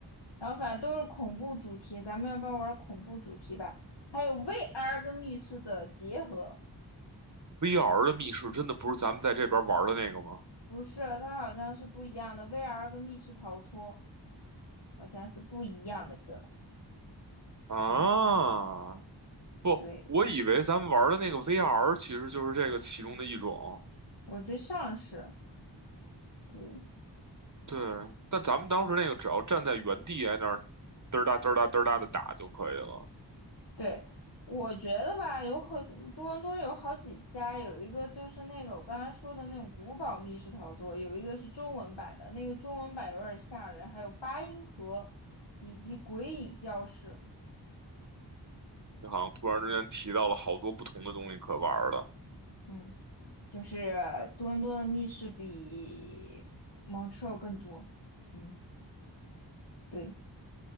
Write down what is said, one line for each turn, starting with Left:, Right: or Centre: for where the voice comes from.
Left: 然后反正都是恐怖主题，咱们要不要玩恐怖主题吧？还有 VR 跟密室的结合，
Right: ！VR 的密室真的不是咱们在这边玩的那个吗？
Left: 不是，它好像是不一样的。VR 跟密室逃脱好像是不一样的歌。
Right: 啊，
Left: 嗯，
Right: 不，
Left: 对，
Right: 我以为咱们玩的那个 VR 其实就是这个其中的一种。
Left: 我觉得像是，对
Right: 对，但咱们当时那个只要站在原地在那儿嘚儿哒嘚儿哒嘚儿哒的打就可以了。
Left: 对，我觉得吧，有很多伦多有好几家，有一个就是那个我刚才说的那种古堡密室逃脱，有一个是中文版的，那个中文版有点吓人，还有八音盒以及鬼影教室。
Right: 你好像突然之间提到了好多不同的东西可玩儿的，
Left: 嗯，就是多伦多的密室比 Montreal 更多。嗯，对。